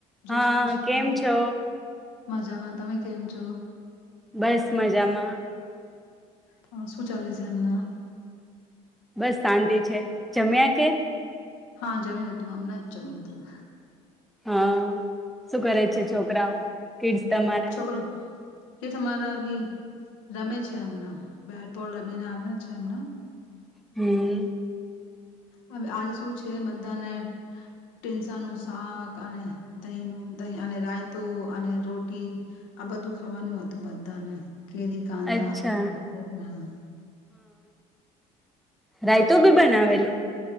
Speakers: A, on the left; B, in the centre.
A: જય
B: હા
A: શ્રી કૃષ્ણ
B: કેમ છો
A: મજામાં. તમે કેમ છો?
B: બસ મજામાં
A: હ શું ચાલે છે અમના.
B: બસ શાંતિ છે. જમ્યા કે?
A: હા જમી લીધું આમને જ જમી લીધું.
B: હા શું કરે છે છોકરાઓ. કોડ્સ તમારા
A: છોકરો કે તમારા બી રમે છે એમના બેટબોલ રમીને આવ્યા છે એમના.
B: હમ્મ.
A: હવે આજે શું છે બધાને ટેન્શન થાક અને દહીંનું દહીં અને રાયતુ અને રોટી આ બધું ખાવાનું હતું બધાને. કેરી કંધા
B: અચ્છા
A: બધુ <unintelligible> હા
B: રાયતો ભી બનાવેલું.